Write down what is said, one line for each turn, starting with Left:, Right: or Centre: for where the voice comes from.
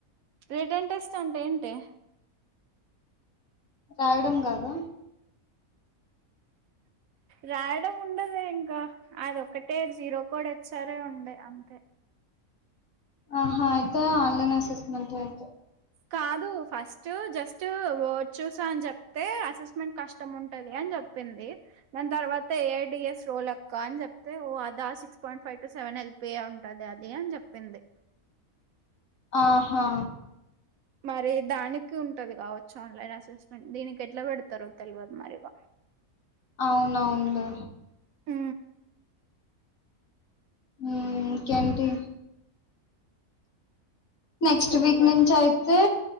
Right: రిటర్న్ టెస్ట్ అంటే ఏంటే
Left: రాయడం గాదా
Right: రాయడం ఉండదే ఇంకా అదొక్కటే జీరో కోడ్ ఎ సరే ఉండే అంతే
Left: ఆహా అయితే ఆన్లైన్ అసిస్మెంటైతే
Right: కాదు ఫస్ట్ జస్ట్ వర్డ్ చూసా అనీ చెప్తే అసిస్మెంట్ కాష్ టాముంటది అని చెప్పింది దాని తరువాత ఏఐడిఎస్ రోల్ అక్క అని చెప్తే ఓ అదా six point five to seven LPA ఉంటది ఆది అని చెప్పింది
Left: ఆహా
Right: మరి దానికి ఉంటది కావచ్చు ఆన్లైన్ అసిస్మెంట్ దీనికి ఎట్లా పెడతారో తెల్వదు మరి ఇగ
Left: అవును అవునులే
Right: ఊ
Left: మీ కేంటి నెక్స్ట్
Right: చెప్పాలి
Left: వీక్ నుంచి అయితే